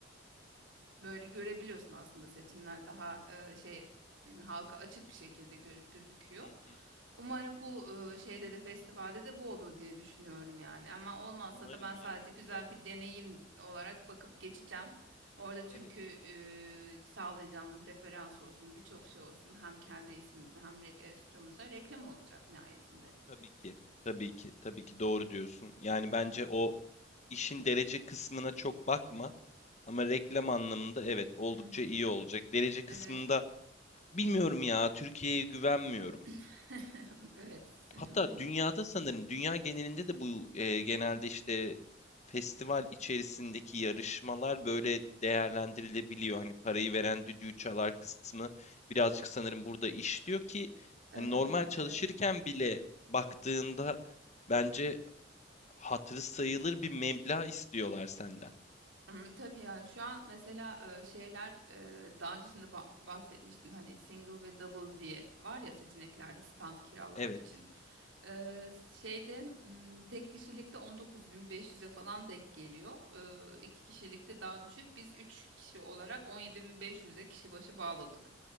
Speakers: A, on the right; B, on the left.
A: Böyle görebiliyorsun aslında seçimler daha e, şey m, halka açık bir şekilde gö- gözüküyor.
B: hı hı.
A: Umarım bu e, şeyde de festivalde de bu olur diye düşünüyorum yani. Ama olmazsa
B: Umarım
A: da ben sadece
B: ya,
A: güzel
B: umarım.
A: bir deneyim olarak bakıp geçeceğim. Orada çünkü
B: Evet,
A: e, sağlayacağımız referans olsun, birçok şey olsun. Hem kendi ismimize hem re e, stüdyomuza reklam olacak nihayetinde.
B: tabii ki. Tabii ki, tabii ki doğru diyorsun. Yani bence o İşin derece kısmına çok bakma ama reklam anlamında evet oldukça
A: <clears throat>
B: iyi olacak. Derece kısmında
A: Evet.
B: bilmiyorum ya Türkiye'ye güvenmiyorum.
A: <laughs> Evet. <laughs>
B: Hatta
A: Ben
B: dünyada sanırım dünya genelinde de bu e, genelde işte festival içerisindeki yarışmalar böyle değerlendirilebiliyor. Hani parayı veren düdüğü çalar kısmı birazcık sanırım burada işliyor ki
A: Ee,
B: hani normal çalışırken
A: evet.
B: bile baktığında bence hatırı sayılır bir meblağ istiyorlar senden.
A: Hmm, Tabii yani şu an mesela e, şeyler e, daha öncesinde ba- bahsetmiştim hani single ve double diye var ya seçeneklerde stand kiralamak
B: Evet.
A: için. E, şeyde hmm, tek kişilikte 19.500'e falan denk geliyor. E, iki kişilikte daha düşük. Biz 3 kişi olarak 17.500'e kişi başı bağladık.